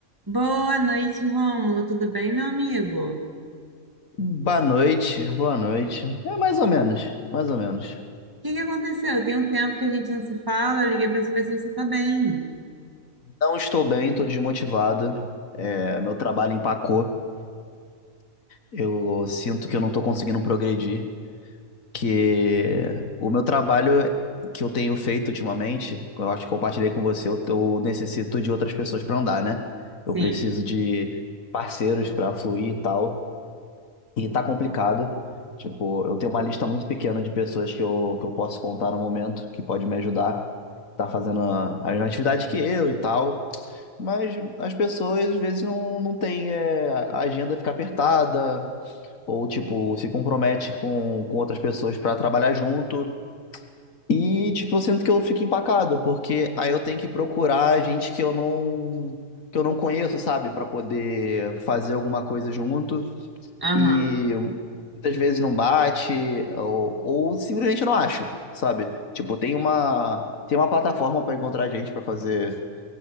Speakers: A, on the right; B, on the left.
A: Boa noite, Rômulo. Tudo bem, meu amigo? O
B: Boa noite, boa noite. É mais ou menos, mais ou menos.
A: que que aconteceu? Tem um tempo que a gente não se fala. Eu liguei para saber se você tá bem.
B: Não estou bem, estou desmotivado. É, meu trabalho empacou. Eu sinto que eu não estou conseguindo progredir. Que o meu trabalho que eu tenho feito ultimamente, que eu acho que compartilhei com você, eu, eu necessito de outras pessoas para andar, né? Eu
A: Sim.
B: preciso de parceiros para fluir e tal. E tá complicado. Tipo, eu tenho uma lista muito pequena de pessoas que eu, que eu posso contar no momento, que pode me ajudar. Tá fazendo a, a mesma atividade que eu e tal. Mas as pessoas, às vezes, não, não têm, é, a agenda fica apertada, ou, tipo, se compromete com, com outras pessoas para trabalhar junto. E, tipo, eu sinto que eu fico empacado, porque aí eu tenho que procurar gente que eu não, que eu não conheço, sabe? Pra poder fazer alguma coisa junto
A: Aham.
B: e muitas vezes não bate, ou, ou simplesmente eu não acho, sabe? Tipo, tem uma, tem uma plataforma para encontrar gente para fazer,